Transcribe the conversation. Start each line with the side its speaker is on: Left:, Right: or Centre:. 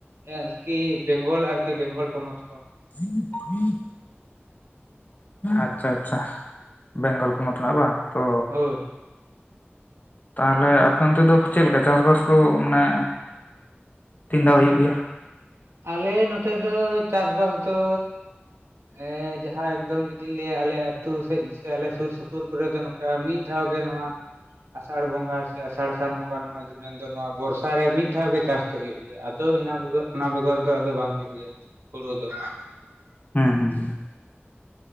Right: ᱟᱨᱠᱤ ᱵᱮᱝᱜᱚᱞ ᱟᱨᱠᱤ ᱵᱮᱝᱜᱚᱞ ᱯᱚᱱᱚᱛ ᱠᱷᱚᱱ ᱾
Left: <inaudible> ᱟᱪ-ᱪᱷᱟ ᱟᱪᱪᱷᱟ ᱵᱮᱝᱜᱚᱞ ᱯᱚᱱᱚᱛ ᱨᱮᱱᱟᱜ ᱵᱟ ᱛᱚ
Right: ᱦᱳᱭ᱾
Left: ᱛᱟᱦᱞᱮ ᱟᱯᱮ ᱚᱱᱛᱮ ᱫᱚ ᱪᱮᱜ ᱞᱮᱠᱟ ᱪᱟᱥᱵᱟᱥ ᱠᱚ ᱢᱟᱱᱮ ᱛᱤᱱ ᱫᱷᱟᱣ ᱦᱩᱭᱩᱜ ᱜᱮᱭᱟ?
Right: ᱟᱞᱮ ᱱᱚᱛᱮ ᱫᱚ ᱪᱟᱥᱵᱟᱥ ᱫᱚ ᱮᱸ ᱡᱟᱦᱟ ᱮᱠᱫᱚᱢ ᱡᱩᱫᱤᱧ ᱞᱟᱹᱭᱟ ᱟᱞᱮ ᱟᱛᱩ ᱥᱮᱡ ᱥᱮ ᱟᱞᱮ ᱥᱩᱨ ᱥᱩᱯᱩᱨ ᱠᱚᱨᱮ ᱫᱚ ᱱᱚ ᱠᱟ ᱢᱤᱜ ᱫᱷᱟᱣ ᱜᱮ ᱱᱚᱣᱟ ᱟᱥᱟᱲ ᱵᱚᱸᱜᱟ ᱥᱮ ᱟᱥᱟᱲ ᱥᱟᱱ ᱵᱚᱸᱜᱟ ᱱᱚᱣᱟ ᱡᱮ ᱢᱮᱱᱫᱚ ᱱᱚᱣᱟ ᱵᱚᱨᱥᱟ ᱨᱮ ᱢᱤᱜ ᱫᱷᱟᱣ ᱜᱮ ᱪᱟᱥ ᱫᱚ ᱦᱳᱭᱳᱜ ᱜᱮ ᱭᱟ ᱟᱫᱚ ᱤᱱᱟ ᱵᱮᱜᱚ ᱚᱱᱟ ᱵᱮᱜᱚᱨ ᱫᱚ ᱟᱫᱚ ᱵᱟᱝ ᱦᱩᱭᱩᱜ ᱜᱮᱭᱟ ᱦᱩᱲᱩ ᱫᱚ᱾
Left: ᱦᱩᱸ ᱦᱩᱸ ᱦᱩᱸ᱾